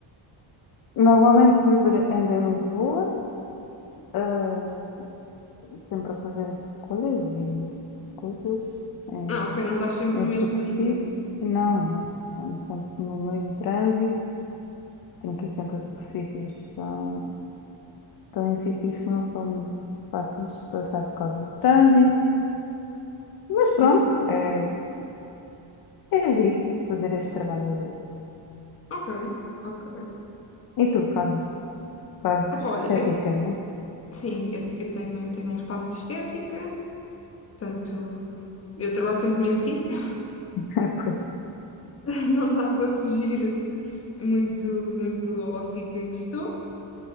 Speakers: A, on the left; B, on the left.
A: Normalmente viver- ando em Lisboa, ah, sempre a fazer coisas e coisas em,
B: Ah, ok, não estás sempre
A: em
B: no
A: superfície.
B: mesmo sítio.
A: Não, não. Ando sempre no meio do trânsito. Tenho que ir sempre a superfícies. Estão, estão em sítios que não são muito fáceis de passar por causa do trânsito. Mas pronto,
B: Ok,
A: é, é giro fazer este trabalho ali.
B: ok, ok.
A: E tu fazes, fazes
B: Ah, pá,
A: estética,
B: olha, eu,
A: né?
B: sim, eu, eu tenho, tenho um espaço de estética, Portanto, eu trabalho sempre no mesmo sítio,
A: <laughs> Pois,
B: <laughs> não dá para fugir muito, muito ao sítio em que estou.